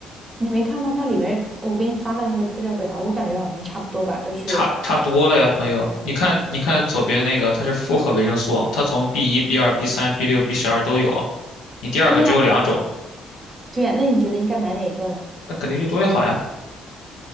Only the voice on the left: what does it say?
差差多了呀，朋友。你看，你看左边那个，它是复合维生素，它从 B 一、B 二、B 三、B 六、B 十二都有啊。你第二个只有两种，
那肯定越多越好呀。